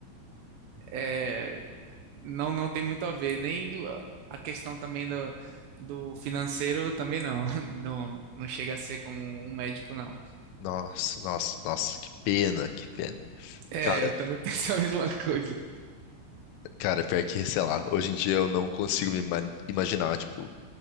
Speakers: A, on the right (about 80°); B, on the left (about 80°).
A: é, não, não tem muito a ver, nem a questão também do, do financeiro também não. <laughs> Não, não chega a ser como um médico, não.
B: Nossa, nossa, nossa, que pena, que pena.
A: É,
B: Cara,
A: eu também <laughs> penso a mesma coisa.
B: cara, pior que, sei lá, hoje em dia eu não consigo me ima- imaginar, tipo,